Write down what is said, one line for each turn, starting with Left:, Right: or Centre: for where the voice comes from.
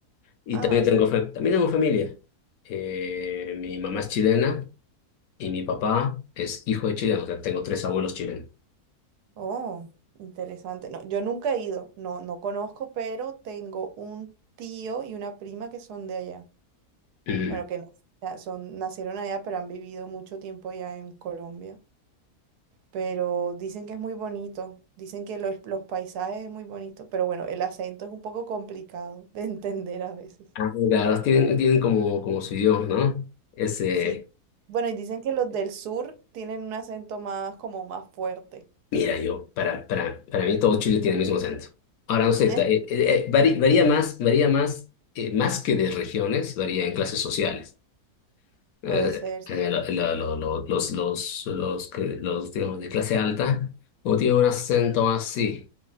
Left: y
Right: Ah,
Left: también
Right: súper.
Left: tengo, fa- también tengo familia. Eh, mi mamá es chilena y mi papá es hijo de chileno, o sea, tengo tres abuelos chilenos.
Right: Oh, interesante. No, yo nunca he ido. No, no conozco, pero tengo un tío y una prima que son de allá.
Left: Mm.
Right: Bueno, que no- ya son, nacieron allá, pero han vivido mucho tiempo ya en Colombia. pero dicen que es muy bonito, dicen que los, los paisajes es muy bonito, pero bueno, el acento es un poco complicado de <laughs> entender a veces.
Left: Ah, claro, tienen, tienen como, como su idioma, ¿no? Es, eh,
Right: Sí. Bueno, y dicen que los del sur tienen un acento más como más fuerte.
Left: mira, yo, para, para, para mí todo Chile tiene el mismo acento. Ahora, no sé,
Right: <laughs>
Left: ta-
Right: Eh,
Left: eh, eh, eh, vari- varía más, varía más, eh, más que de regiones, varía en clases sociales. eh,
Right: puede ser.
Left: eh, la- la- lo- lo- los, los, los, que, los, digamos, de clase alta, o tienen un acento más así,